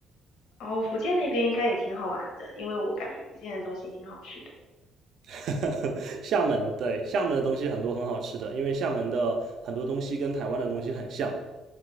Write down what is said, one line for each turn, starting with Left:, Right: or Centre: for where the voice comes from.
Left: 哦，福建那边应该也挺好玩的，因为我感觉福建的东西挺好吃的。
Right: <laughs> 厦门，对，厦门的东西很多很好吃的，因为厦门的很多东西跟台湾的东西很像，